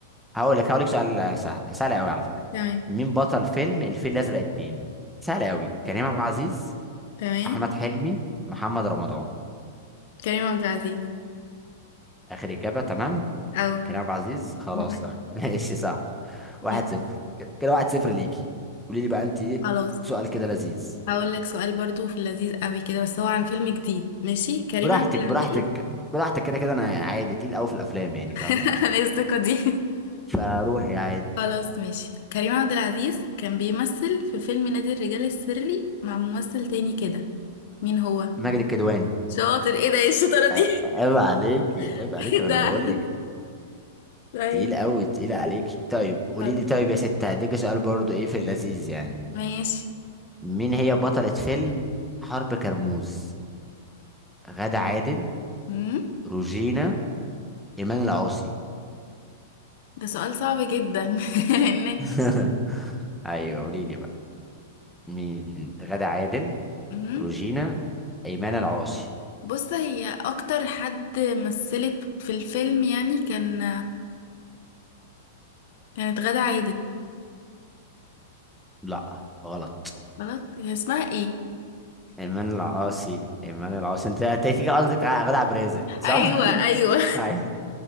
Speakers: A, in the centre; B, on the left.
A: هقول لك هقول لك سؤال سهل سهل قوي على فكره
B: تمام
A: مين بطل فيلم الفيل الازرق اتنين سهل قوي كريم عبد العزيز
B: تمام
A: احمد حلمي محمد رمضان
B: كريم عبد العزيز
A: اخر اجابه تمام
B: او
A: كريم عبد العزيز خلاص
B: مم.
A: تمام <laughs> ماشي صح
B: ماشي.
A: واحد صفر ك- كده واحد صفر ليكي قولي لي بقى انت ايه
B: خلاص
A: سؤال كده لذيذ
B: هقول لك سؤال برضو في اللذيذ قوي كده بس هو عن فيلم جديد ماشي كريم
A: براحتك
B: عبد العزيز
A: براحتك براحتك كده كده انا عادي تقيل قوي في الافلام يعني
B: <laughs>
A: فاهمه
B: انا الثقة دي
A: فروحي عادي
B: خلاص ماشي كريم عبد العزيز كان بيمثل في فيلم نادي الرجال السري مع ممثل تاني كده مين هو
A: ماجد الكدواني
B: شاطر ايه ده ايه الشطارة
A: ع-
B: دي
A: عيب عليك عيب
B: <laughs>
A: عليك انا
B: ده
A: بقول لك
B: طيب
A: تقيل قوي تقيل عليك طيب قولي
B: خلاص
A: لي طيب يا ست هديك سؤال برضو ايه في اللذيذ يعني
B: ماشي
A: مين هي بطلة فيلم حرب كرموز غادة عادل
B: مم.
A: روجينا ايمان العاصي
B: ده سؤال صعب جدا <laughs> لان
A: <laughs> ايوه قولي لي بقى مين غادة عادل
B: مم.
A: روجينا ايمان العاصي
B: بص هي اكتر حد مثلت في الفيلم يعني كان كانت غادة عادل
A: لا غلط
B: غلط هي اسمها ايه
A: ايمان العاصي ايمان العاصي انت انت تيجي قصدك على غادة عبد الرازق صح
B: ايوه ايوه
A: <laughs> ايوه